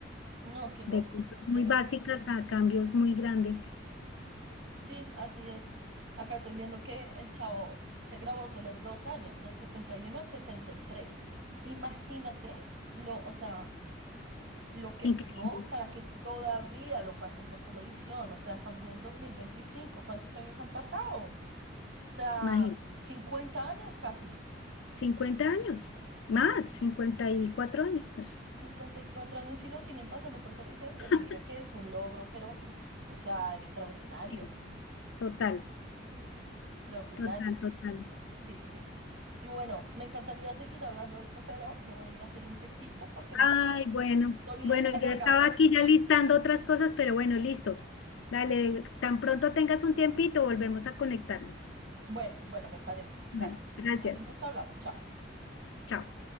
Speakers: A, on the right; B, on the left.
A: No, qué loco,
B: De cosas muy
A: qué loco.
B: básicas a cambios muy grandes.
A: Sí, así es. Acá estoy viendo que el Chavo se grabó solo dos años, del 71 al 73. Imagínate lo, o sea, lo que
B: Increíble,
A: pegó para que todavía lo pasen por televisión. O sea, estamos en el 2025. ¿Cuántos años han pasado? O sea,
B: imagínate.
A: 50 años casi.
B: cincuenta años, más, 54 años.
A: cincuenta y cuatro años y lo siguen pasando por televisión.
B: <laughs>
A: Yo diría que es un logro, pero, mm, o sea, extraordinario.
B: Sí. Total,
A: Extraordinario.
B: total, total.
A: Sí, sí. Y bueno, me encantaría seguir hablando de esto, pero me voy a ir a hacer un tecito porque me
B: Ay,
A: está
B: bueno,
A: doliendo
B: bueno,
A: la
B: ya
A: garganta.
B: estaba aquí ya listando otras cosas, pero bueno, listo. Dale, tan pronto tengas un tiempito, volvemos a conectarnos.
A: Bueno, bueno, me parece. Dale.
B: Bueno, gracias.
A: Ahí nos hablamos. Chao.
B: Chao.